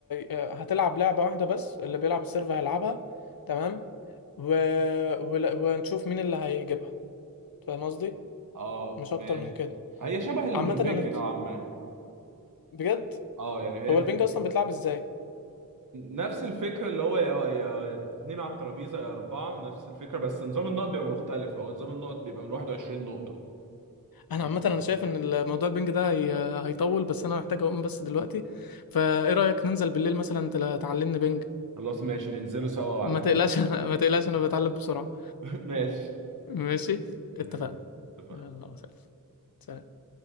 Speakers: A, on the left; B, on the right.
A: آه، هتلعب لعبة واحدة بس اللي بيلعب السيرف هيلعبها تمام و... و... ونشوف مين اللي هيجيبها فاهم قصدي
B: اه
A: مش
B: ماشي
A: اكتر من كده
B: هي شبه البنج
A: عامة انا
B: نوعا ما
A: بجد
B: اه يعني هي
A: هو البنج اصلا بيتلعب ازاي
B: نفس الفكرة اللي هو يا يا اتنين على الترابيزة يا أربعة نفس الفكرة بس نظام النقط بيبقى مختلف هو نظام النقط بيبقى من 21 نقطة
A: انا
B: مم.
A: عامة انا شايف ان الموضوع البنج ده هي... هيطول بس انا محتاج اقوم بس دلوقتي فايه رأيك ننزل بالليل مثلا تل... تعلمني بنج
B: خلاص ماشي ننزلوا سوا وأعلمهولك
A: ما تقلقش <laughs> ما تقلقش انا بتعلم بسرعة
B: <laughs> ماشي
A: ماشي
B: ماشي.
A: اتفقنا
B: اتفقنا
A: يلا سلام سلام.